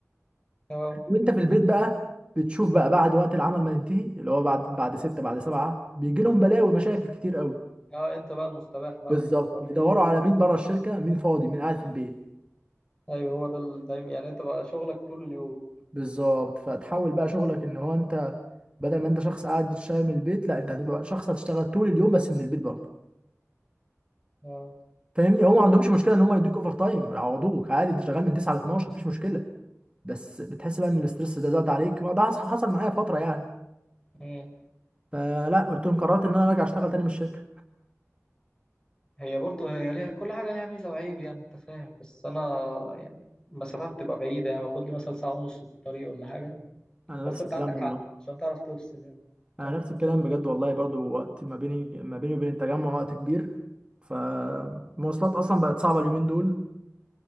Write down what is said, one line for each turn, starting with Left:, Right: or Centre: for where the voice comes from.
Left: أه
Right: وانت في البيت بقى بتشوف بقى بعد وقت العمل ما ينتهي اللي هو بعد بعد 6 بعد 7 بيجي لهم بلاوي ومشاكل كتير قوي
Left: أه أنت بقى المستباح بقى
Right: بالظبط
Left: بالنسبة لك
Right: بيدوروا على مين بره الشركه مين فاضي مين قاعد في البيت
Left: أيوه هو ده ال- دايما يعني أنت بقى شغلك طول اليوم
Right: بالظبط فتحول بقى شغلك ان هو انت بدل ما انت شخص قاعد بتشتغل من البيت لا انت هتبقى شخص هتشتغل طول اليوم بس من البيت برضه
Left: أه
Right: فاهمني هو ما عندهمش مشكله ان هم يدوك اوفر تايم يعوضوك عادي انت شغال من 9 ل 12 مفيش مشكله بس بتحس بقى ان الاسترس ده زاد عليك ما ده حص- حصل معايا فتره يعني
Left: مم.
Right: فلا قلت لهم قررت ان انا ارجع اشتغل تاني من الشركه
Left: هي برضه هي ليها كل حاجة ليها ميزة وعيب يعني أنت فاهم بس أنا يعني المسافات بتبقى بعيدة يعني باخد لي مثلا ساعة ونص في الطريق ولا حاجة
Right: انا
Left: بس
Right: نفس
Left: أنت
Right: الكلام
Left: عندك
Right: والله
Left: حق عشان تعرف تفصل يعني تعرف
Right: انا نفس
Left: تفصل
Right: الكلام بجد والله برضو وقت ما بيني ما بيني وبين التجمع وقت كبير فالمواصلات اصلا بقت صعبه اليومين دول